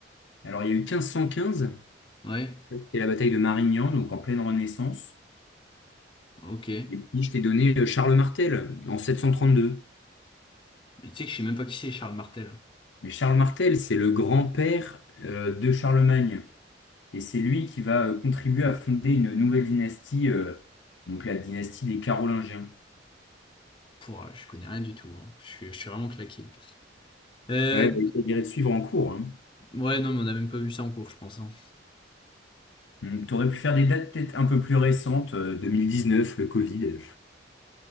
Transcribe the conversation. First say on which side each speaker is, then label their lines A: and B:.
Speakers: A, on the left; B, on the left.
A: Alors, il y a eu 1515,
B: Ouais,
A: ça, c'était la bataille de Marignan, donc en pleine Renaissance.
B: ok.
A: Et puis, je t'ai donné euh, Charles Martel en 732.
B: Mais tu sais que je sais même pas qui c'est Charles Martel.
A: Mais Charles Martel, c'est le grand-père euh, de Charlemagne. Et c'est lui qui va euh, contribuer à fonder une nouvelle dynastie, euh, donc la dynastie des Carolingiens.
B: Pour, euh, je connais rien du tout. hein. Je suis, je suis vraiment claqué. Euh,
A: Ouais, bah, il faudrait bien suivre en cours. Hein.
B: ouais, non, mais on a même pas vu ça en cours, je pense. hein.
A: Tu aurais pu faire des dates peut-être un peu plus récentes, euh, neuf le Covid.